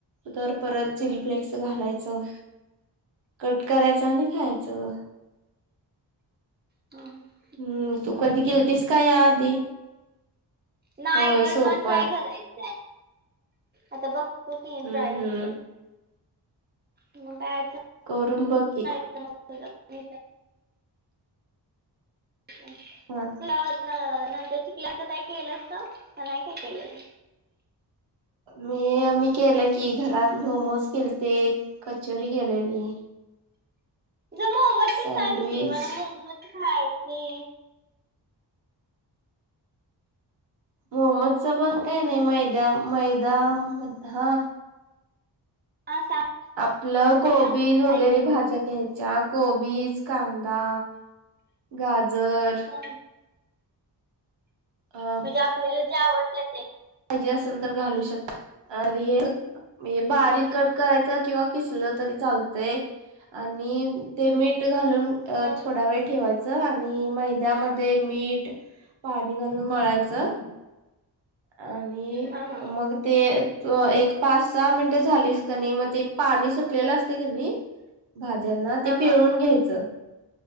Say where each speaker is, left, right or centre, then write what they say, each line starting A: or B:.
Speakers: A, on the right (about 80°); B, on the right (about 25°).
A: तर परत चिली फ्लेक्स घालायचं कट करायचं आणि खायचं.
B: ह.
A: हम्म तू कधी केलंतीस काय या आधी.
B: नायगड
A: होय सोपं
B: मला ट्राय
A: आहे.
B: करायचं आहे आता बघतो की
A: हम्म
B: ट्रायवट
A: हम्म
B: मग कायचं.
A: करून बघ की.
B: तर. त <unintelligible> ह
A: हा.
B: शल्यावर नंतर शिकल्यांच काय केलं असत म नाही काय केलेलं.
A: मी मी केलं की घरात मोमोज केलते. कचोरी केलेली.
B: जरा मोमोज
A: सँडविच
B: सांगकी मला मोमोज खायचे.
A: मोमोजच पण काय
B: हॅलो
A: नाही मैदा मैदा हा
B: हा सांग
A: आपलं कोबी
B: सांग
A: वगैरे
B: ऐक
A: भाज्या घ्यायच्या. कोबीज कांदा गाजर.
B: हा
A: अ
B: म्हणजे आपल्याला जे आवडत ते.
A: पाहिजे असेल तर घालू शक आणि हे बारीक
B: हा हा
A: करायच किंवा किसलं तरी चालतंय आणि ते मीठ घालून. अ
B: हा
A: थोडा वेळ ठेवायचं आणि मैद्यामध्ये मीठ पाणी घालून मळायचं. आणि
B: हा हा
A: मग ते. त एक पाच सहा मिनिटे झालीस क नाही मग ते पाणी सुटलेलं असते कनी. भाज्यांना
B: हा
A: ते पिळून
B: हा
A: घ्यायचं